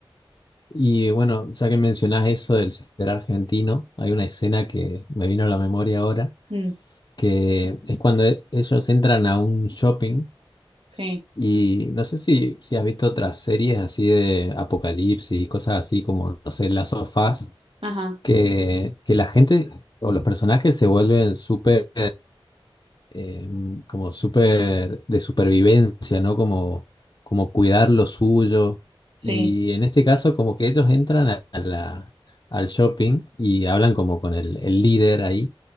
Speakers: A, on the left; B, on the right.
A: Y bueno, ya que mencionás eso del ser argentino, hay una escena que me vino a la memoria ahora,
B: Mm,
A: que es cuando e- ellos entran a un shopping
B: sí,
A: y no sé si, si has visto otras series así de apocalipsis y cosas así como, no sé, las sofás
B: ajá,
A: que, que la gente o los personajes se vuelven súper eh, como súper de supervivencia, ¿no? Como, como cuidar lo suyo.
B: sí,
A: Y en este caso, como que ellos entran a a la, al shopping y hablan como con el, el líder ahí